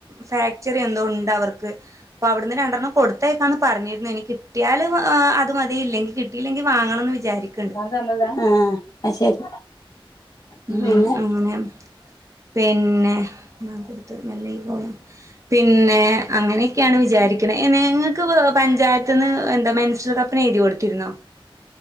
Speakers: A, on the right (about 35°); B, on the left (about 40°).
A: ഫാക്ചറി എന്തോ ഉണ്ട് അവർക്ക്. അപ്പൊ അവിടുന്ന് രണ്ടെണ്ണം കൊടുത്തയക്കാന്ന് പറഞ്ഞിരുന്നു. ഇനി കിട്ടിയാല് ത് മതി. ഇല്ലെങ്കി കിട്ടയില്ലെങ്കി വാങ്ങണംന്ന് വിചാരിക്ക്ണ്ട്.
B: ആഹ് അത് ശരി. പിന്നെ
A: ഉം അങ്ങനെ. പിന്നെ ബാങ്ക് കൊടുത്ത് മെല്ലേ കോളം. പിന്നെ അങ്ങനെയൊക്കെയാണ് വിചാരിക്ക്ണ്. നിങ്ങൾക്ക് പഞ്ചായത്ത്ന്ന് എന്താ മെൻസ്ട്രൽ കപ്പ്‌. ന്ന എഴുതി കൊടുത്തിരുന്നോ?